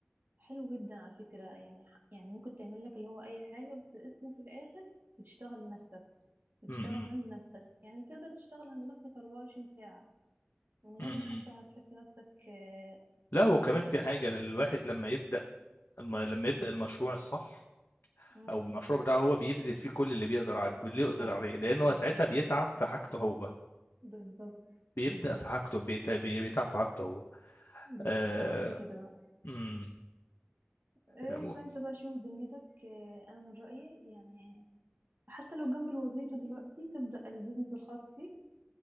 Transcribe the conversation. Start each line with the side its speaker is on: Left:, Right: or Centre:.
Right: حلو جدا على فكرة يعني ح- يعني ممكن تعمل لك اللي هو أي حاجة بس اسمه في الآخر بتشتغل لنفسك بتشتغل
Left: مم.
Right: عند نفسك يعني تقدر تشتغل عند نفسك 24 ساعة من غير
Left: مم.
Right: ما
Left: مم.
Right: حتى هتحس نفسك آه،
Left: لا هو كمان
Right: ايه
Left: في
Right: مح...
Left: حاجه الواحد لما يبدا لما لما يبدا المشروع الصح
Right: مم.
Left: او المشروع بتاعه هو بيبذل فيه كل اللي بيقدر عليه اللي يقدر
Right: صح
Left: عليه لانه
Right: بالظبط
Left: ساعتها بيتعب في حاجته هو
Right: بالظبط
Left: بيبدا
Right: بالظبط
Left: في حاجته بيت- بيتعب في حاجته هو
Right: بالظبط
Left: آه...
Right: أنا قصدي كده بقى
Left: مم.
Right: إيه
Left: مم.
Right: فأنت بقى شوف دنيتك آه، أنا من رأيي يعني حتى لو جنب الوظيفة دلوقتي تبدأ البيزنس الخاص فيك